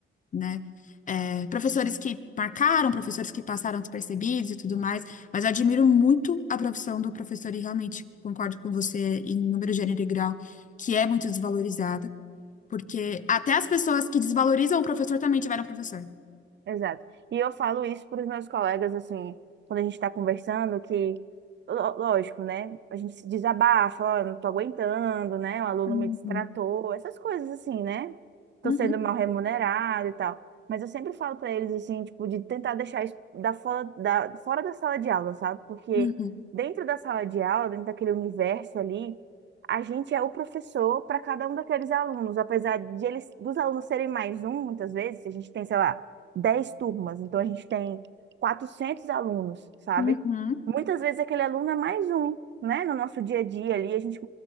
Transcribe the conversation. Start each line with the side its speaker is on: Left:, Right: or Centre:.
Left: né? É, professores que marcaram, professores que passaram despercebidos e tudo mais, mas eu admiro muito a profissão do professor e realmente concordo com você em número, gênero e grau, que é muito desvalorizada, porque até as pessoas que desvalorizam o professor também tiveram professor.
Right: Exato. E eu falo isso para os meus colegas, assim, quando a gente está conversando, que, ló- lógico, né? A gente se desabafa, ó, eu não tô aguentando, né? O aluno
Left: Uhum,
Right: me destratou, essas coisas assim, né? Tô
Left: uhum,
Right: sendo mal remunerado e tal. Mas eu sempre falo para eles, assim, tipo, de tentar deixar isso da fora, da, fora da sala de aula, sabe? Porque
Left: uhum,
Right: dentro da sala de aula, dentro daquele universo ali, a gente é o professor para cada um daqueles alunos, apesar de eles, dos alunos serem mais um, muitas vezes, a gente tem, sei lá 10 turmas, então a gente tem 400 alunos, sabe?
Left: uhum.
Right: Muitas vezes aquele aluno é mais um, né? No nosso dia a dia ali, a gente